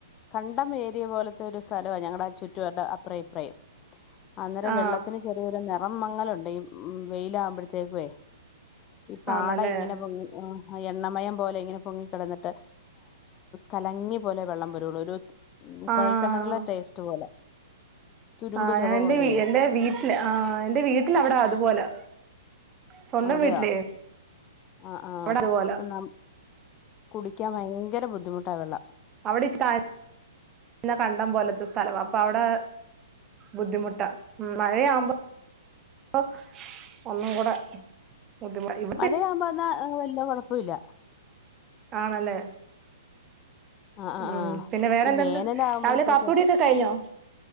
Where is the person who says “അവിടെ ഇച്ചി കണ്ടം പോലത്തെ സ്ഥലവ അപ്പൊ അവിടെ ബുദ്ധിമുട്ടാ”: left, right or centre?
Right